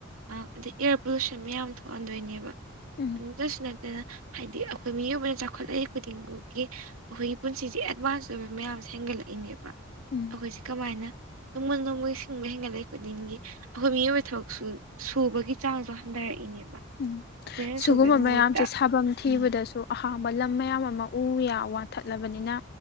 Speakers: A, on the right; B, on the left.
A: ꯑꯥ ꯑꯗꯩ ꯑꯦꯌꯥꯔ ꯄꯣꯂꯨꯁꯟ ꯃꯌꯥꯝ ꯊꯣꯛꯍꯟꯗꯣꯏꯅꯦꯕ
B: ꯎꯝ
A: ꯑꯗꯨꯁꯨ ꯅꯠꯇꯅ ꯍꯥꯏꯗꯤ ꯑꯩꯈꯣꯏ ꯃꯤꯑꯣꯏꯕꯅ ꯆꯥꯎꯈꯠꯂꯛꯏ ꯈꯨꯗꯤꯡꯃꯛꯀꯤ ꯑꯩꯈꯣꯏꯒꯤ ꯄꯨꯟꯁꯤꯁꯦ ꯑꯦꯗꯚꯥꯟꯁ ꯑꯣꯏꯕ ꯃꯌꯥꯝꯦ ꯍꯦꯟꯒꯠꯂꯛꯏꯅꯦꯕ
B: ꯎꯝ
A: ꯑꯩꯈꯣꯏꯁꯤ ꯀꯃꯥꯏꯅ ꯅꯣꯡꯃ ꯅꯣꯡꯃꯒꯤ ꯁꯤꯡꯕ ꯍꯦꯟꯒꯠꯂꯛꯏ ꯈꯨꯗꯤꯡꯒꯤ ꯑꯩꯈꯣꯏ ꯃꯤꯑꯣꯏꯕ ꯊꯕꯛꯁꯨ ꯁꯨꯕꯒꯤ ꯆꯥꯡꯁꯨ ꯍꯟꯊꯔꯛꯏꯅꯦꯕ
B: ꯎꯝ
A: ꯑꯩꯈꯣꯏꯅ
B: ꯁꯨꯒꯨꯝꯕ
A: ꯁꯨꯕꯩ ꯃꯍꯨꯠꯇ
B: ꯃꯌꯥꯝꯁꯦ ꯁꯥꯐꯝ ꯊꯤꯕꯗꯁꯨ
A: ꯎꯝ
B: ꯑꯍꯥꯡꯕ ꯂꯝ ꯃꯌꯥꯝ ꯑꯃ ꯎ ꯌꯥ ꯋꯥꯟꯊꯠꯂꯕꯅꯤꯅ